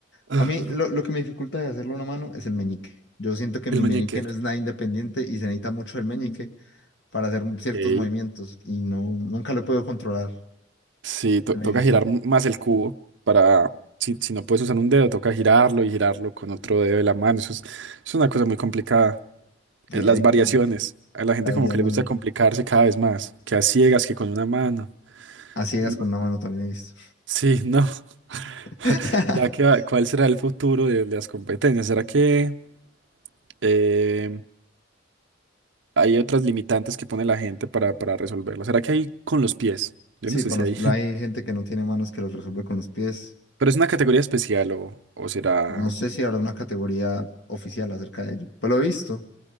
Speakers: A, on the right; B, on the left.
A: Ah,
B: A mí lo, lo que me dificulta de hacerlo a una mano es el meñique. Yo siento que mi
A: El meñique.
B: meñique no es nada independiente y se necesita mucho el meñique para hacer ciertos
A: ok.
B: movimientos y no, nunca lo puedo controlar.
A: Sí, to-
B: Se
A: toca
B: me dificulta.
A: girar m- más el cubo para. Si, si no puedes usar un dedo, toca girarlo y girarlo con otro dedo de la mano. Eso es, es una cosa muy complicada.
B: Ahí,
A: eh, las
B: ahí
A: variaciones.
B: tengo
A: A la gente
B: la habilidad
A: como que
B: manual.
A: le gusta complicarse cada vez más, que a ciegas, que con una mano.
B: A ciegas
A: No.
B: con una mano también he visto.
A: Sí, no.
B: <laughs>
A: <laughs> Ya que va- cuál será el futuro de, de las competencias. ¿Será que eh, hay otras limitantes que pone la gente para, para resolverlo? ¿Será que hay con los pies?
B: Sí,
A: Yo no sé
B: con
A: si
B: los,
A: hay. <laughs>
B: hay gente que no tiene manos que los resuelve con los pies.
A: Pero es una categoría especial o, o será...
B: No sé si habrá una categoría oficial acerca de ello. Pues lo he visto